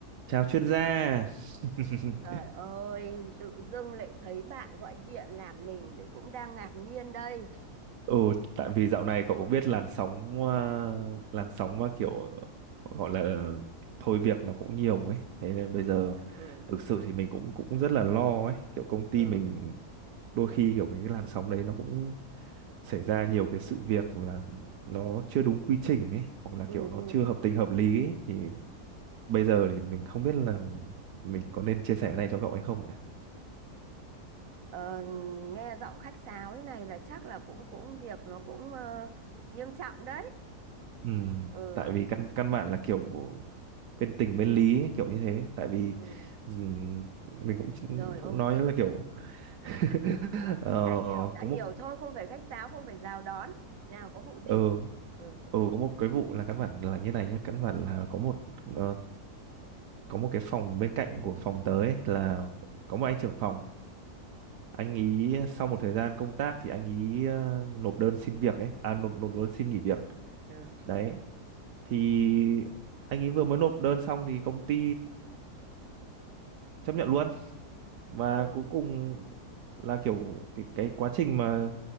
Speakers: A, on the right (about 80°); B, on the right (about 60°).
A: Chào chuyên gia. <laughs>
B: Ôi Trời ơi, tự dưng lại thấy bạn gọi điện làm mình để cũng đang ngạc nhiên đây.
A: Ừ, tại vì dạo này cậu cũng biết làn sóng ờ, làn sóng mà kiểu gọi là thôi việc nó cũng nhiều ấy. Thế nên bây giờ
B: Ừ,
A: thực sự thì mình cũng cũng rất là lo ấy, kiểu công ty
B: ừ,
A: mình đôi khi kiểu cái làn sóng đấy nó cũng xảy ra nhiều cái sự việc là nó chưa đúng quy trình ấy hoặc là
B: ừ,
A: kiểu nó
B: ừ.
A: chưa hợp tình hợp lý ấy. Thì
B: ừ.
A: bây giờ thì mình không biết là mình có nên chia sẻ cái này cho cậu hay không nhỉ?
B: Ờ, nghe giọng khách sáo thế này là chắc là cũng cũng việc nó cũng ờ, nghiêm trọng đấy.
A: Ừ,
B: Ừ,
A: tại vì căn căn bản là kiểu bên tình bên lý ấy, kiểu như thế tại vì
B: ừ,
A: ừm, mình cũng
B: rồi ok,
A: cũng nói là kiểu <laughs> ờ,
B: đã hiểu, đã
A: có một
B: hiểu thôi, không phải khách sáo, không phải chào đón. Nào có vụ gì?
A: ờ
B: Ừ,
A: ờ có một cái vụ là căn bản là như này nhé căn bản là có một ờ, có một cái phòng bên cạnh của phòng tớ ấy, là có một anh trưởng phòng anh ý sau một thời gian công tác thì anh ý ờ, nộp đơn xin việc ấy à nộp nộp đơn xin nghỉ việc
B: ừ,
A: đấy thì anh ấy vừa mới nộp đơn xong thì công ty chấp nhận luôn và
B: ừ,
A: cuối cùng là kiểu cái cái quá trình mà